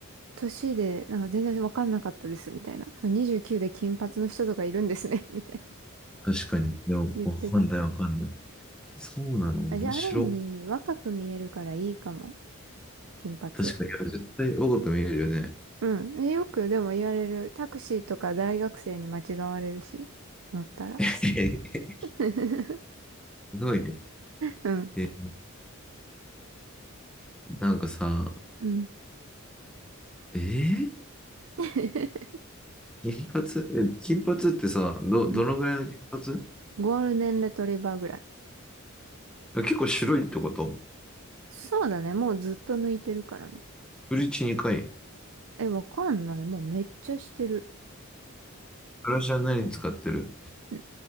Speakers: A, on the right; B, in the centre.
A: 年で、なんか全然わかんなかったです、みたいな。そう、29で金髪の人とかいるんですね、<laughs> みたいな
B: 確かに。いや、わかんないわかんない。
A: 言ってた。
B: そうなの、面白。
A: あ、じゃあ、ある意味、若く見えるからいいかも。金髪。
B: 確かに、いや絶対若く見えるよね。
A: うん。えよく、でも言われる。タクシーとか大学生に間違われるし、乗ったら。
B: <laughs>
A: <laughs>
B: すごいね。
A: うん。
B: えー、なんかさ、
A: うん。
B: えー、
A: <laughs>
B: 金髪、え、金髪ってさ、ど、どのぐらいの金髪
A: うんゴールデンレトリバーぐらい。
B: 結構白いってこと
A: そうだね。もうずっと抜いてるからね。
B: ブリーチ2回。
A: え、わかんない。もうめっちゃしてる。
B: マラシャン何使ってる
A: うん。